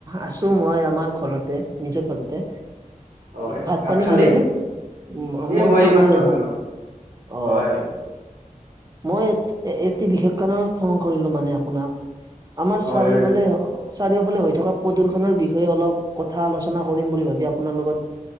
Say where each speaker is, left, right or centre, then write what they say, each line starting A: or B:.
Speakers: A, on the right; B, on the right.
A: আছোঁ, মই আমাৰ ঘৰতে, নিজৰ ঘৰতে।
B: হয়
A: ভাত পানী
B: খালে
A: খালেনে? মই,
B: এ
A: মই খোৱা
B: এই মাত্ৰ
A: নাই, ৰ'ব।
B: খালো
A: অ
B: হয়!
A: মই, এটি বিশেষ কাৰণত ফোন কৰিলোঁ মানে, আপোনাক। আমাৰ
B: হয়
A: চাৰিওফালে,
B: হয়
A: চাৰিওফালে হৈ থকা, প্ৰদূ্ষণৰ বিষয়ে অলপ, কথা আলোচনা কৰিম বুলি ভাবি, আপোনাৰ লগত